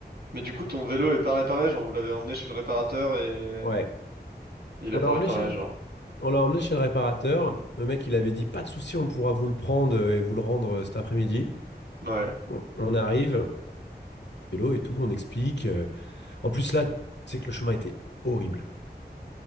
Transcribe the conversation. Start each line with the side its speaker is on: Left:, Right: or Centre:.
Right: Mais du coup, ton vélo est pas réparé, genre, vous l'avez emmené chez le réparateur et
Left: Ouais,
Right: il a
Left: on
Right: pas
Left: l'a
Right: réparé,
Left: emmené chez le...
Right: genre.
Left: on l'a emmené chez le réparateur. Le mec, il avait dit, pas de souci, on pourra vous le prendre euh, et vous le rendre euh, cet après-midi.
Right: Ouais.
Left: On, on arrive, vélo et tout, on explique. euh, En plus, là, c'est que le chemin était horrible.